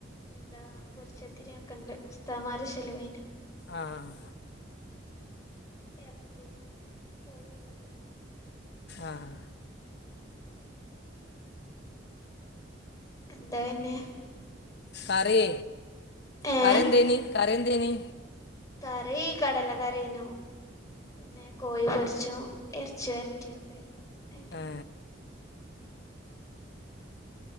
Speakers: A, on the left; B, on the left.
A: എന്താ പൊരിച്ചത്തിരി ഒക്കെണ്ട് ഉസ്താമാരെ ഷെലവണ്ട്.
B: ആഹ്
A: ഇറച്ചിം കോഴി ഒക്കെയുണ്ട്.
B: ആഹ്
A: എന്താ പിന്നെ.
B: കറി
A: ഏഹ്
B: കറിഎന്തേനി കറി എന്തേനി.
A: കറി കടല കറി ഏന്നു. പിന്നെ കോഴി പൊരിച്ചോം ഇറച്ചി വരറ്റിയും ഒക്കെ ആയിട്ടു.
B: ആ